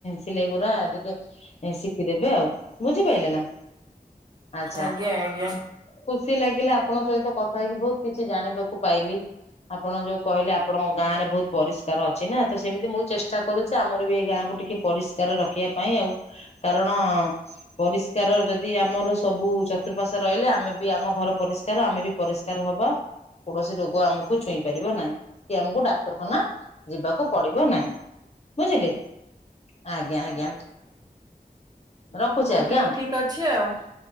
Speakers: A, on the left (about 45°); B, on the right (about 25°).
A: ସିଲେଇ ଗୁଡା ଟିକେ ଶିଖିଦେବେ ଆଉ ବୁଝିପାଇଲେ ନା। ଆଚ୍ଛା
B: ଆଜ୍ଞା ଆଜ୍ଞା
A: ଖୁସି ଲାଗିଲା ଆପଣଙ୍କ ସହିତ କଥା ହେଇକି ବହୁତ କିଛି ଜାଣିବାକୁ କୁ ପାଇଲି। ଆପଣ ଯୋଉ କହିଲେ ଆପଣଙ୍କ ଗାଁରେ ବହୁତ ପରିଷ୍କାର ଅଛି ନା ତ ସେମିତି ମୁଁ ଚେଷ୍ଟା କରୁଛି ଆମର ବି ଏଇ ଗାଁକୁ ଟିକେ ପରିଷ୍କାର ରଖିବା ପାଇଁ ଆଉ କାରଣ ପରିଷ୍କାର ଯଦି ଆମର ସବୁ ଚତୁଃପାର୍ଶ୍ୱ ରହିଲା ଆମେ ବି ଆମ ଘର ପରିଷ୍କାର ଆମେ ବି ପରିଷ୍କାର। କାର ହବା। କୌଣସି ରୋଗ ଆମକୁ ଛୁଇଁ ପାରିବ ନାହିଁ କି ଆମକୁ ଡାକ୍ତରଖାନା ଯିବାକୁ ପଡିବ ନାହିଁ। ବୁଝିଲେ ଆଜ୍ଞା ଆଜ୍ଞା ରଖୁଛି
B: ହଉ
A: ଆଜ୍ଞା।
B: <unintelligible>